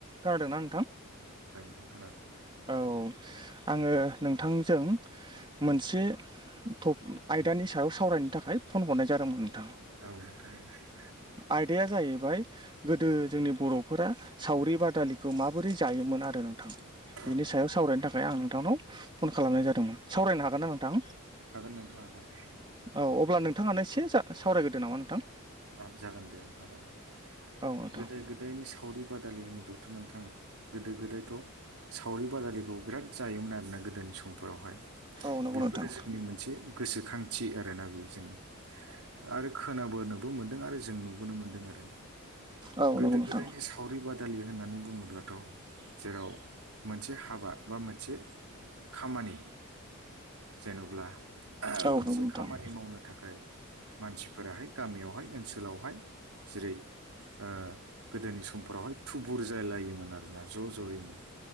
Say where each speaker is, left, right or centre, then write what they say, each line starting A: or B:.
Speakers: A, on the right (about 20°); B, on the right (about 90°).
A: खोनादोंना नोंथां
B: थां खोनादों
A: औ आङो नोंथांजों मोनसे थ आयदानि सायाव सावरायनो थाखाय फन हरनाय जादोंमोन नोंथां
B: औ नोंथां औ
A: आयदाया जाहै बाय गोदो जोंनि बर'फोरा सावरि बादालिखौ माबोरै जायोमोन आरो नोंथां बेनि
B: औ नोंथां
A: सायाव सावरायनो
B: औ
A: थाखाय आं नोंथांनाव फन खालामनाय जादोंमोन सावरायनो हागोन ना नोंथां
B: हागोन नोंथां हागोन
A: औ अब्ला नों थाङानो एसे जा सावरायग्रोदो नामा नोंथां
B: औ जागोन दे नोंथां जागोन
A: औ नोंथां
B: गोदाय गोदायनि सावरि बादालि होनोब्ला थ' नोंथां गोदो गोदायथ' सावरि बादालिखौ बिराद जायोमोन आरोना गोदोनि समफोरावहाय
A: औ नंगौ
B: बेफोरो
A: नोंथां
B: जोंनि मोनसे गोसोखांथि आरोना बेयो जोंनि आरो खोनाबोनो मोनदों आरो जों नुबोनो मोनदों आरो
A: औ
B: गोदो
A: नंगौ नोंथां
B: गोदायनि सावरि बादालि होननानै बुङोब्ला थ जेराव मोनसे हाबा बा मोनसे खामानि जेन'ब्ला
A: औ
B: मोनसे
A: नंगौ नोंथां
B: खामानि मावनो थाखाय मानसिफोराहाय गामियावहाय ओनसोलावहाय जेरै ओ गोदोनि समफोरावहाय थुबुर जालायोमोन आरोना ज' ज'यैनो